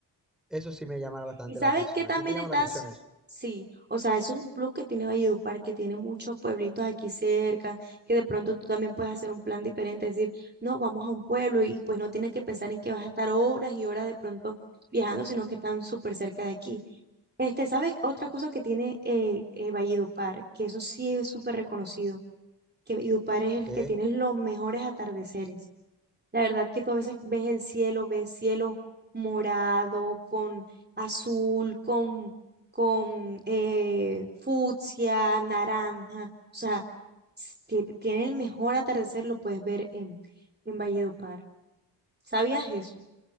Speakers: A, in the centre; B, on the right.
A: eso sí me llama bastante
B: Y sabes
A: la atención.
B: que también
A: ¿A ti te llama
B: estás,
A: la atención eso?
B: sí, o sea, eso es un plus que tiene Valledupar, que tiene muchos pueblitos aquí cerca, que de pronto tú también puedes hacer un plan diferente, decir, no, vamos a un pueblo y pues no tienes que pensar en que vas a estar horas y horas de pronto viajando, sino que están súper cerca de aquí. Este, ¿sabes otra cosa que tiene eh, eh, Valledupar? Que eso sí es súper reconocido, que Valledupar es el
A: Que
B: que tiene los mejores atardeceres. La verdad que tú a veces ves el cielo, ves cielo morado, con azul, con, con eh, fucsia, naranja. O sea, s- ti- tiene el mejor atardecer, lo puedes ver en, en Valledupar. ¿Sabías eso?